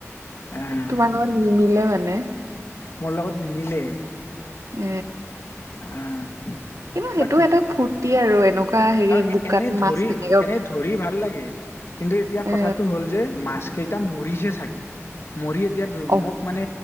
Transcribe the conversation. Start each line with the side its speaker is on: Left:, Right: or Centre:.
Left: আহ
Right: তোমাৰ লগত নিমিলে মানে? <unintelligible>
Left: মোৰ লগত নিমিলে। <inaudible>
Right: এ
Left: আহ
Right: <inaudible> কিন্তু সেইটো
Left: বাকী
Right: এটা ফূৰ্তি আৰু এনেকুৱা <unintelligible> হেৰি
Left: আৰু
Right: বোকাত
Left: এনে ধৰি
Right: মাছ <unintelligible>
Left: এনে ধৰি ভাল লাগে কিন্তু এতিয়া
Right: এ
Left: কথাটো হ'ল যে মাছ কেইটা মৰিছে চাগে। মৰি এতিয়া
Right: অ
Left: মোক মানে